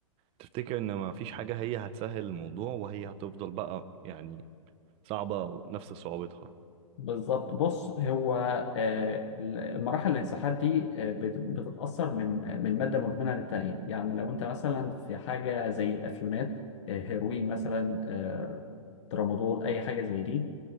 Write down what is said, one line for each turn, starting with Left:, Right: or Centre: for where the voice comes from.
Right: تفتكر ان ما فيش حاجة هي هتسهل الموضوع وهي هتفضل بقى يعني صعبة نفس صعوبتها
Left: بالظبط بص هو آه، المراحل الانسحاب دي آه، بت- بتتأثر من من مادة مدمنة للتانية يعني لو انت مثلا في حاجة زي الأفيونات آه، هيروين مثلا آه، ترامادول أي حاجة زي دي